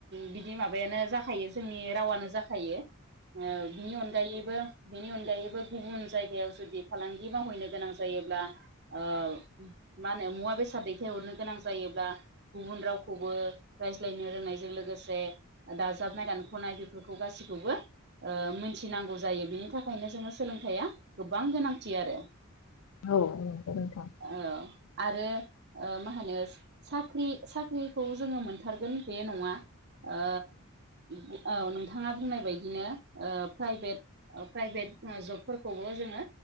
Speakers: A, on the right; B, on the left.
A: बिदि माबायानो जाखायो जोंनि रावानो जाखायो ओबिनि अनगायैबो बेनि अनगायैबो गुबुन जायगायाव जुदि फालांगि मावहैनो गोनां जायोब्ला आ माने मुवा बेस साद दैथायहरनो गोनां जायोब्ला गुबुन रावखौबो रायज्लायनो रोंनायजों लोगोसे दाजाबनाय दानखनाय बेफोरखौ गासैखौबो ओ मोनथिनांगौ जायो बिनि थाखायनो जोङो सोलोंथाइया गोबां गोनांथि आरो
B: औ नगौ नोंथां
A: औ आरो मा होनो स-साख्रि-साख्रिखौ जोङो मोनथारगोन बे नङा ओ गु औ नोंथाङा बुंनाय बायदिनो ओ प्राइभेट-प्राइभेट जबफोरखौबो जोङो